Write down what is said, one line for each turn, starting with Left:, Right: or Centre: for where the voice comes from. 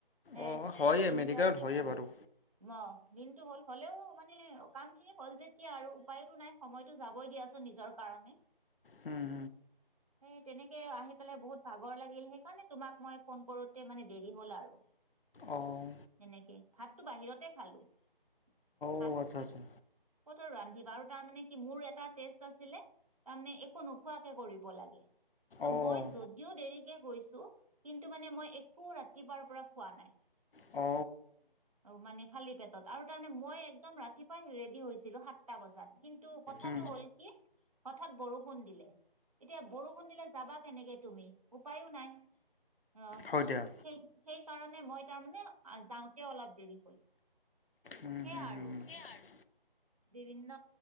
Left: অ'
Right: এ
Left: হয়ে
Right: তেনেকে
Left: মেডিকেলত হয়ে বাৰু
Right: অ', দিনতটো গল, হ'লেও মানে কাম খিনি হ'ল যেতিয়া আৰু উপায়তো নাই। সময়তটো যাবই দিয়াচোন নিজৰ কাৰণে।
Left: হম।
Right: সেই তেনেকেই আহি পেলাই বহুত ভাগৰ লা গিল, সেইকাৰণে তোমাক মই ফোন কৰোতে মানে দেৰি হ'ল আৰু।
Left: অহ।
Right: সেনেকেই, ভাতটো বাহিৰতে খালো। ভাত
Left: অ', আচ্ছা আচ্ছা।
Right: ক'ত ৰান্ধিবা আৰু তাৰ মানে কি মোৰ এটা টেষ্ট আছিলে তাৰমানে একো নোখোৱাকে কৰিব লাগে ত
Left: অ'
Right: মই যদিও দেৰি গৈছো কিন্তু মানে মই একো ৰাতিপুৱাৰ পৰা খোৱা নাই
Left: অ
Right: অ মানে খালী পেটত আৰু তাৰমানে মই একদম ৰাতিপুৱাই ৰেডি হৈছিলো সাতটা বজাত কিন্তু কথাটো
Left: উম,
Right: হ'ল কি হঠাৎ বৰষুণ দিলে এতিয়া বৰষুণ দিলে যাবা কেনেকে তুমি উপায়ো নাই আহ
Left: হয় দিয়া।
Right: সেই সেইকাৰণে মই তাৰমানে যাওঁতে অলপ দেৰি হল
Left: উম,
Right: সেয়া
Left: হুম
Right: আৰু
Left: হুম হুম।
Right: বিভিন্ন